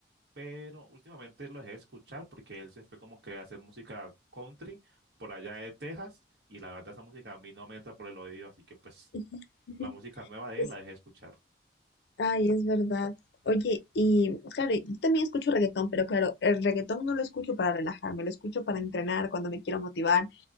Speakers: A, on the right; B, on the left.
A: pero últimamente lo dejé de escuchar porque él se fue como que a hacer música country por allá de Texas y la verdad esa música a mí no me entra por el oído, así que pues
B: ujú, ujú.
A: la música nueva de
B: Es-
A: él la dejé de escuchar.
B: ay, es verdad. Oye, y claro, yo también escucho reggaetón, pero claro, el reggaetón no lo escucho para relajarme, lo escucho para entrenar, cuando me quiero motivar.